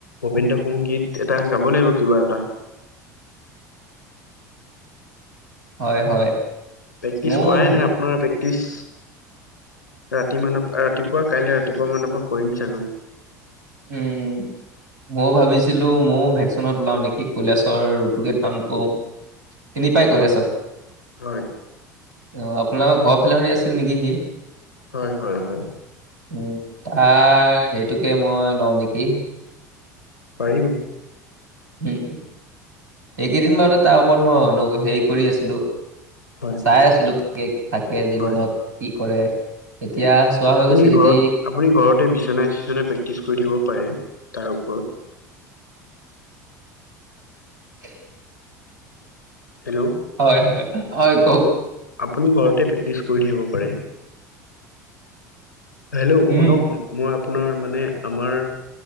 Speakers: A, on the left; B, on the right.
A: ভবন্দ্ৰ সংগীত এটা গাব লাগিব কিবা এটা।
B: <inaudible> হয় - হয়।
A: প্ৰেক্টিচ
B: ময়ো
A: কৰাই
B: ভাবি
A: নাই আপোনাৰ প্ৰেক্টিচ ৰাতি মানৰ ৰাতিপুৱা কাইলৈ ৰাতিপুৱা মানৰ পৰা কৰিম চাগে
B: উম। মই ভাবিছিলো ময়ও ভেকচনত ওলাও নেকি কৈলাশৰ ৰুতুকে ধানকো চিনি পাই কলে চব
A: হয়।
B: অ, আপোনালোকৰ ঘৰৰ ফালে শনি আছিল নেকি সি?
A: হয় - হয় - হয়।
B: উম, তাৰ সেইটোকে মই লও নেকি?
A: পাৰিব।
B: উম, এইকেইদিন বাৰুতে তাৰ ওপৰত মই অনু হেৰি কৰি আছিলো।
A: হয়
B: চাই আছিলো থাকে জীৱনত
A: হয়
B: কি কৰে এতিয়া চোৱা হৈ
A: আপুনি
B: গৈছে যদি
A: ঘৰত - আপুনি ঘৰতে বিচনা চিচনা প্ৰেক্টিছ কৰি থাখিব পাৰে। তাৰ ওপৰত
B: <inaudible>
A: হেল্ল',
B: হয় - হয় - হয় কওক।
A: আপুনি ঘৰতে প্ৰেক্টিছ কৰি থাকিব পাৰে। হেল্ল',
B: উম
A: শুনক মই আপোনাৰ মানে আমাৰ